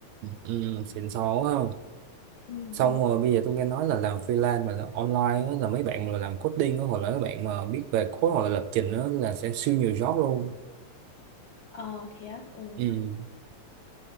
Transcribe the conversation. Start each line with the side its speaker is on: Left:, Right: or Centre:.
Right: ừ xịn sò quá không
Left: ừ,
Right: xong
Left: ừ.
Right: rồi bây giờ tôi nghe nói là làm freelance mà là online đó, là mấy bạn mà làm coding đó, hoặc là mấy bạn mà biết về code hoặc là lập trình đó, là sẽ siêu nhiều job luôn
Left: ờ thế á ừ.
Right: ừ